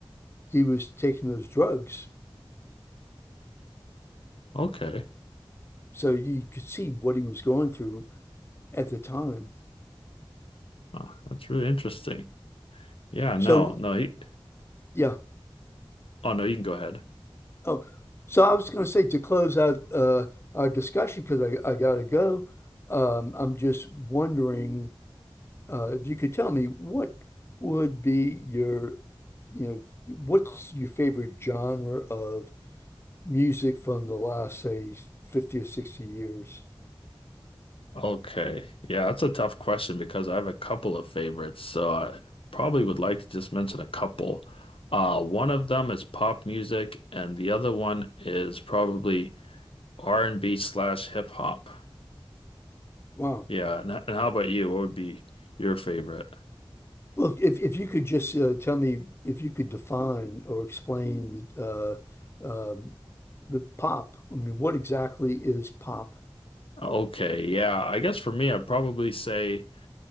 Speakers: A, on the left (about 25°); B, on the left (about 70°).
A: he was taking those drugs.
B: Okay.
A: So you could see what he was going through at the time.
B: Oh, that's really interesting. Yeah,
A: So,
B: no, no, he,
A: yeah.
B: oh no, you can go ahead.
A: Oh, so I was going to say to close out uh, our discussion because I, I got to go. Um, I'm just wondering uh, if you could tell me what would be your, you know, what's your favorite genre of music from the last, say, 50 or 60 years?
B: Okay. Yeah, that's a tough question because I have a couple of favorites, so I probably would like to just mention a couple. Uh, one of them is pop music, and the other one is probably R&B slash hip hop.
A: Wow.
B: Yeah, and, and how about you? What would be your favorite?
A: Well, if, if you could just uh, tell me if you could define or explain uh, um, the pop. I mean, what exactly is pop?
B: Okay, yeah, I guess for me, I'd probably say.